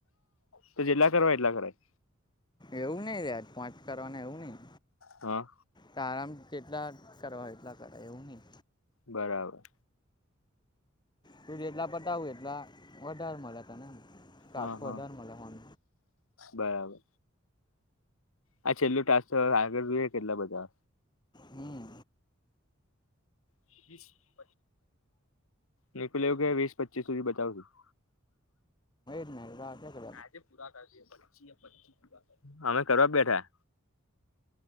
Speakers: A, on the left; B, on the left.
A: તો જેટલા કરવાય એટલા કરાય
B: એવું નહી લ્યા પાચ કરવાનાં એવું નહીં
A: હા
B: તારામ કેટલા કરવા એટલા કરાય એવું નહીં
A: બરાબર
B: તું જેટલા પતાવુ એટલા વધારે મલ તન એમ કાતો
A: હા હા
B: વધાર મલ તન
A: બરાબર આ છેલ્લુ ટાસ્ક તો આગળ જોઈએ કેટલા બધા
B: હમ
A: <unintelligible> નીકલ એવું કે વીસ પચીસ સુધી બતાવશું <inaudible>
B: મે
A: <unintelligible>
B: <unintelligible>
A: અમે કરવા બેઠા